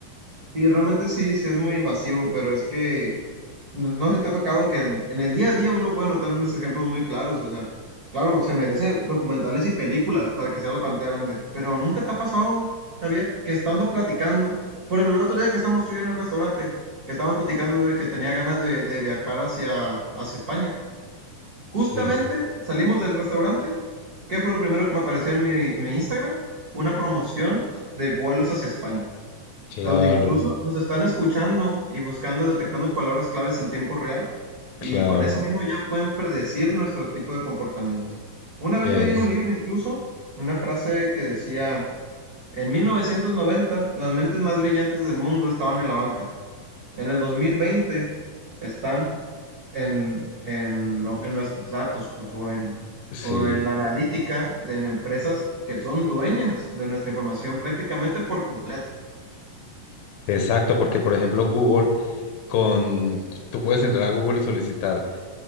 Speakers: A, on the right; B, on the left.
A: Sí, realmente sí, sí es muy invasivo, pero es que no, no sé si te ha tocado que el- en el día a día uno puede notar unos ejemplos muy claros, o sea, claro, pues se merece documentales y películas para que sea la pantalla grande, pero nunca te ha pasado, Javier, que estando platicando, por ejemplo, el otro día que estamos tú y yo en el restaurante, que estábamos platicando de que tenía ganas de, de viajar hacia, hacia España. Justamente
B: Sí,
A: salimos del restaurante. ¿Qué fue lo primero que me apareció en mi, mi Instagram? Una promoción de vuelos hacia España,
B: claro,
A: donde incluso nos están escuchando y buscando, detectando palabras claves en tiempo real.
B: claro,
A: Y con eso mismo ya pueden predecir nuestro tipo de comportamientos. Una vez
B: es,
A: leí en un libro incluso una frase que decía, en 1990 las mentes más brillantes del mundo estaban en la banca. En el 2020 están en, en lo- en nuestros datos, pues, o en,
B: sí.
A: o en la analítica de en empresas que son dueñas de nuestra información prácticamente por completo.
B: Exacto, porque por ejemplo Google, con, tú puedes entrar a Google y solicitar